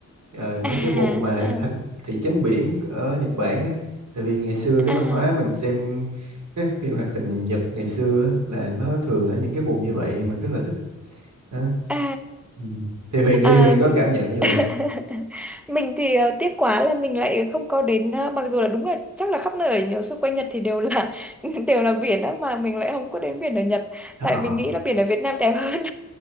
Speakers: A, on the right (about 85°); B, in the centre.
A: Ờ, mấy
B: à
A: cái vùng mà
B: à
A: thành thị trấn biển ở Nhật Bản á. Tại vì ngày xưa cái
B: à
A: văn hóa mình xem các phim hoạt hình Nhật ngày xưa á, là nó thường ở những cái vùng như vậy mình rất là thích Đó.
B: à
A: Ừ. Thì Huyền đi
B: à à,
A: Huyền có cảm nhận như vậy
B: à. <laughs>
A: không?
B: mình thì ờ, tiếc quá là mình lại không có đến ờ, mặc dù là đúng là chắc là khắp nơi ở nhiều xung quanh Nhật thì đều là <laughs> đều là biển á mà mình lại không có đến biển ở Nhật
A: Ờ,
B: tại mình nghĩ là biển ở Việt Nam đẹp hơn